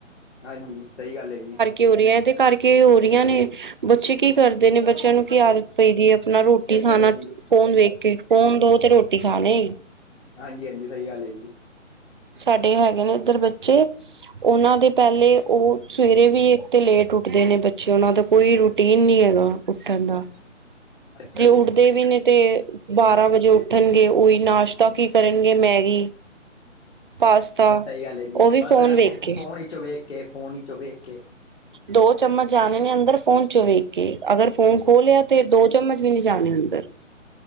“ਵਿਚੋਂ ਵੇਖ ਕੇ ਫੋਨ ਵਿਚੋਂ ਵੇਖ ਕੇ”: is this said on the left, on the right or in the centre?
Left